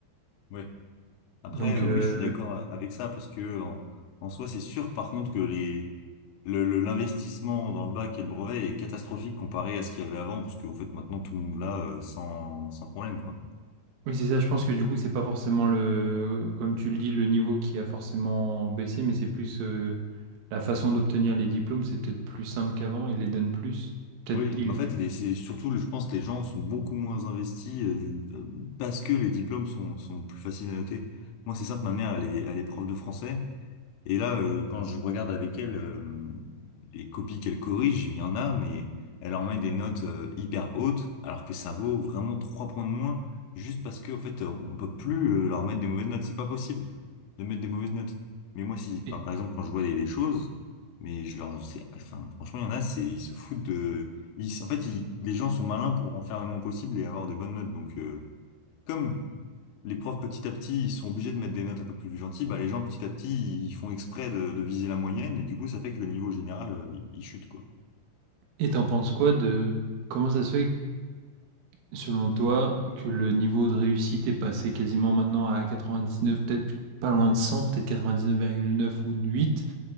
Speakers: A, on the left (about 80°); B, on the right (about 85°).
A: Ouais. Après,
B: Donc
A: euh,
B: euh,
A: oui, je suis d'accord avec ça, parce que en, en soi, c'est sûr, par contre, que les... Le, le- l'investissement dans le bac et le brevet est catastrophique comparé à ce qu'il y avait avant, parce qu'en fait maintenant tout le monde l'a euh, sans, sans problème, quoi.
B: oui, c'est ça, je pense que du coup, c'est pas forcément le, comme tu le dis, le niveau qui a forcément baissé, mais c'est plus euh, la façon d'obtenir les diplômes, c'est peut-être plus simple qu'avant, ils les donnent plus. Peut-être
A: Oui,
B: il...
A: mais en fait, les, c'est surtout, le- je pense que les gens sont beaucoup moins investis euh, parce que les diplômes sont, sont plus faciles à noter. Moi, c'est simple, ma mère, elle est, elle est prof de français. Et là, euh, quand je regarde avec elle euh, les copies qu'elle corrige, il y en a, mais elle en met des notes euh, hyper hautes, alors que ça vaut vraiment trois points de moins, juste parce que, en fait, euh, on peut plus euh, leur mettre des mauvaises notes. C'est pas possible de mettre des mauvaises notes. Mais moi, si, enfin,
B: Et
A: par exemple, quand je vois des, des choses, mais je leur, c'est- enfin, franchement, il y en a, c'est, ils se foutent de, ils- en fait, ils- les gens sont malins pour en faire le moins possible et avoir des bonnes notes. Donc, euh, comme les profs petit à petit, ils sont obligés de mettre des notes un peu plus gentilles. Bah, les gens petit à petit, ils font exprès de, de viser la moyenne et du coup, ça fait que le niveau général, euh, il il chute quoi.
B: et t'en penses quoi de comment ça se fait, selon toi, que le niveau de réussite est passé quasiment maintenant à quatre-vingt-dix-neuf neuf peut-être pas loin de cent peut-être quatre quatre-vingt-dix-neuf virgule neuf ou huit